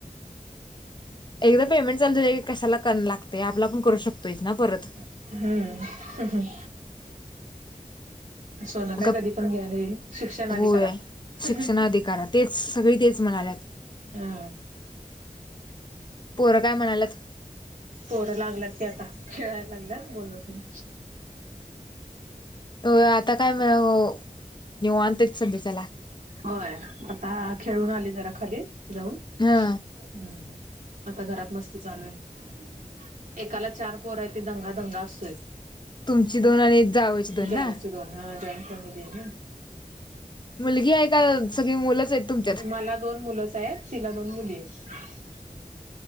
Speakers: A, on the left; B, on the right.
A: एकदा पेमेंट चालू झाल की कशाला कन लागतय आपला पण करू शकतोयच ना परत.
B: हम्म. सोन काय
A: मग
B: कधी पण घ्यायला येईल शिक्षण
A: होय
B: आधी करा.
A: शिक्षण
B: <inaudible>
A: अधिकार तेच सगळी तेच म्हणाल्यात
B: हा.
A: पोरं काय म्हणाल्यात?
B: पोर लागल्यात की आता खेळायला लागल्यात बोलावते.
A: होय आता काय म्हणावं निवांतच सगळे चला.
B: होय आता खेळून आली जरा खाली जाऊन.
A: हा.
B: हम्म, आता घरात मस्ती चालू आय. एकाला चार पोरा हायती दंगा दंगा असतोय.
A: तुमची दोन आणि जावयाची दोन
B: जावीचे
A: ना
B: दोन हा जॉईंट फॅमिली आय ना.
A: मुलगी आय का सगळी मुलंच आयत तुम?
B: मला दोन मुलंच आयत तिला दोन मुली आयत.